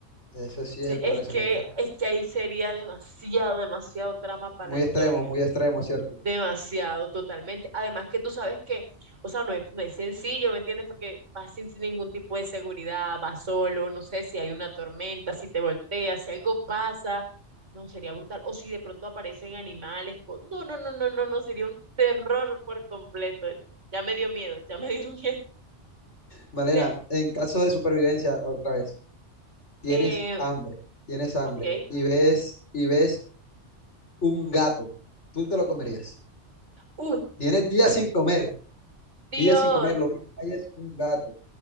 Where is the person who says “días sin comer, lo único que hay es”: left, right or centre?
Left